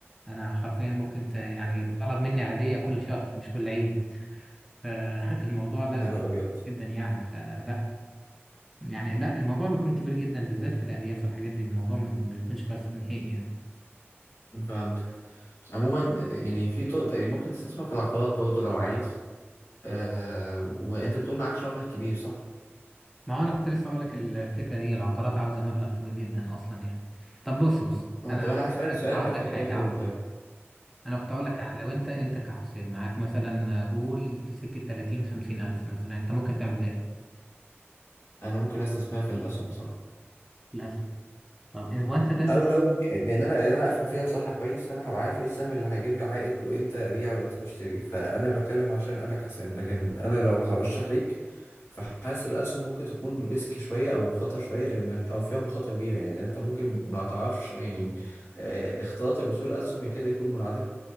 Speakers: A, in the centre; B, on the left.
A: انا حرفيا ممكن ت... يعني طلب مني عادية كل شهر مش كل عيد <laughs> فالموضوع لا
B: يا
A: بي-
B: نهار ابيض
A: جدا يعني فلا يعني لا الموضوع بيكون كبير جدا بالذات في الارياف والحاجات دي الموضوع ما بيكونش كويس نهائي يعني
B: فهمتك عموما يعني في طرق يعني ممكن تستثمر في العقارات برضو لو عايز آه وانت بتقول معكش مبلغ كبير صح؟
A: ما هو انا كنت لسه اقول لك ال- الفكره دي العقارات عاوزه مبلغ كبير جدا اصلا يعني طب بص بص
B: آه
A: انا
B: طب انا
A: هقول
B: عايز اسألك
A: لك
B: سؤال
A: هقول
B: اخد
A: لك حاجه
B: رأيك قول
A: عاوز
B: طيب
A: انا كنت اقول لك يعني لو انت انت كحسين معاك مثلا قول سكه 30 50 الف مثلا انت ممكن تعمل باقي
B: انا ممكن استثمرها في الاسهم بصراحه
A: في الاسهم طب إن- هو انت دارس
B: او لو لان انا لان انا افهم فيها بصراحه كويس فانا هبقى عارف ايه السهم اللي هيجيب لي عائد وامتى ابيع وامتى اشتري فانا بتكلم عشان انا كحسام لكن انا لو هرشح ليك فحاسس الاسهم ممكن تكون ريسكي شويه او خطر شويه لانك او فيها مخاطره كبيره يعني لأن انت ممكن ما تعرفش يعني آه، اختلاطك بسوق الاسهم يكاد يكون منعدم